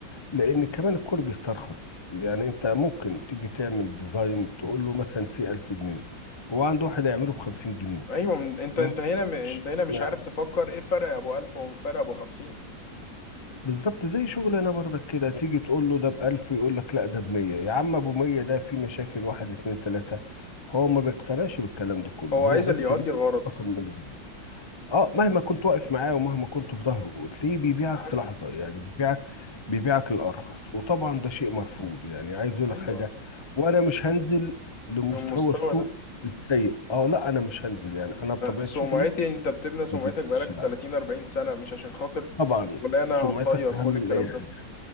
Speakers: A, on the left; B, on the left.
A: لان كمان الكل بيسترخص يعني انت ممكن تيجي تعمل ديزاين تقول له مثلا سي 1000 جنيه هو عنده واحد يعمله ب 50 جنيه
B: ايوه من- انت
A: ما
B: انت
A: يعرفش
B: هنا م- انت هنا مش
A: ما يعرفش
B: عارف تفكر ايه فرق ابو 1000 وفرق ابو 50
A: بالظبط زي شغل انا برضك كده تيجي تقول له ده ب 1000 يقول لك لا ده ب 100 يا عم ابو 100 ده في مشاكل واحد اتنين تلاته هو ما بيقتنعش بالكلام ده كله
B: هو
A: هو
B: عايز
A: بس
B: اللي يقضي
A: ليه
B: الغرض
A: رقم من الجنيه. اه مهما كنت واقف معاه ومهما كنت في ظهره تلاقيه بيبيعك
B: ده حقيقي
A: في لحظة يعني بيبيعك بيبيعك الأرخص وطبعا ده شيء مرفوض يعني عايز اقول
B: ايوه
A: لك حاجة وانا مش هنزل لمستوى
B: المستوى
A: السوق
B: ده
A: السيء اه لا انا مش هنزل يعني انا بطبيعة
B: سمعتي
A: شغلي
B: انت بتبني سمعتك
A: ما بقتش-
B: بقالك
A: لا،
B: 30 40 سنه مش عشان خاطر
A: طبعا
B: شغلانه
A: سمعتك
B: هتطير
A: اهم
B: كل
A: من
B: الكلام
A: اي
B: ده
A: حاجة